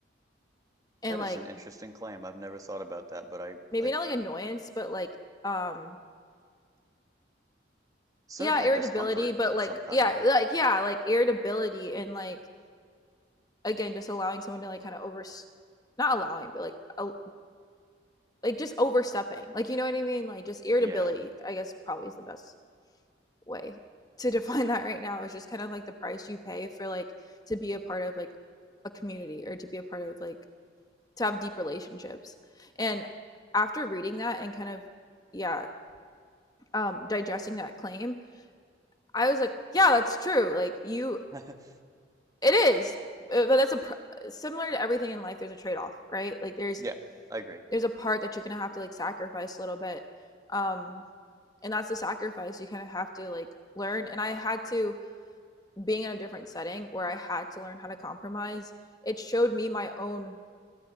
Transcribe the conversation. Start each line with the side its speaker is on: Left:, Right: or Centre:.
Left: and
Right: that is
Left: like
Right: an interesting claim i've never thought about that but i
Left: maybe
Right: i
Left: not like annoyance, but like um
Right: certainly
Left: yeah, irritability,
Right: discomfort
Left: but
Right: of
Left: like
Right: some kind
Left: yeah,
Right: right
Left: like yeah, like irritability and like again just allowing someone to like kind of over not allowing, but like uh, like just overstepping. Like you know what I mean? Like just irritability,
Right: yeah
Left: I guess probably is the best way to <laughs> define that right now. is just kind of like the price you pay for like to be a part of like a community or to be a part of like to have deep relationships. And after reading that and kind of yeah, um digesting that claim, I was like, yeah, that's true. Like you,
Right: <laughs>
Left: it is, Uh, but that's a pr- similar to everything in life. There's a trade off, right? Like there's
Right: yeah i agree
Left: there's a part that you're gonna have to like sacrifice a little bit, um, and that's the sacrifice you kind of have to like learn. And I had to being in a different setting where I had to learn how to compromise. It showed me my own